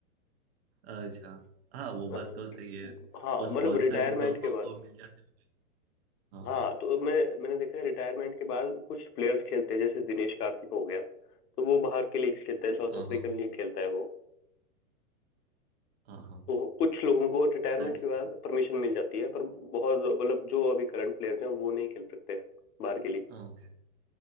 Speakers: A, on the right (about 45°); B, on the left (about 80°).
A: अच्छा हाँ वो
B: <laughs>
A: बात तो सही है
B: हाँ
A: और स्पॉन्सर
B: मतलब रिटायरमेंट
A: भी तो
B: के बाद
A: मिल जाते हैं हाँ
B: हाँ तो मैं मैंने देखा है रिटायरमेंट के बाद कुछ प्लेयर्स खेलते हैं जैसे दिनेश कार्तिक हो गया तो वो बाहर के लीग खेलता है साउथ
A: हाँ
B: अफ्रीकन
A: हाँ
B: लीग खेलता है वो
A: हाँ हाँ
B: तो कुछ लोगों को रिटायरमेंट
A: बस,
B: के बाद परमिशन मिल जाती है पर बहुत मतलब जो अभी करंट प्लेयर्स हैं वो नहीं खेल सकते बाहर के लिए
A: हाँ